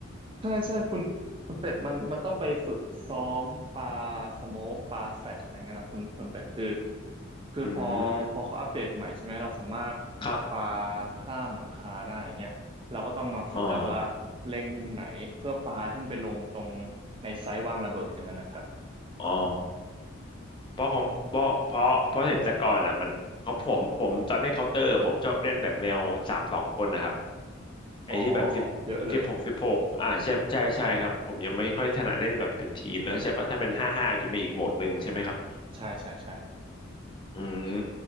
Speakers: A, on the right; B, on the left.
A: ใช่ใช่คุณคุณเป็ดมันมันต้องไปฝึกซ้อมปลาสโมกปลาแฟลชอะไรเงี้ยนะคุณคุณเป็ดคือคือพอพอเขาอัปเดตใหม่ใช่ไหมเราสามารถ
B: อืมครับ
A: ปลาข้ามหลังคาได้อย่างเงี้ยเราก็ต้องมาฝึกแล้วว่าเล็งมุมไหนเพื่อปลาให้มันไปลงตรง
B: อ๋อ
A: ในไซส์วางระเบิดอย่างนั้นนะครับ
B: อ๋อเพราะของเพราะเพราะเพราะเห็นแต่ก่อนอ่ะมันของผมผมตอนเล่นเคาน์เตอร์ผมชอบเล่นแบบแนวสามสองคนนะครับไอ้ที่แบบสิบสิบหกสิบหกอ่าใช่ใช่ใช่ครับผมยังไม่ค่อยถนัดเล่นแบบเป็นทีมนะใช่ปะถ้าเป็นห้าห้าจะมีอีกโหมดหนึ่งใช่ไหมครับ
A: อ๋อเยอะเลยใช่ใช่ใช่
B: อืม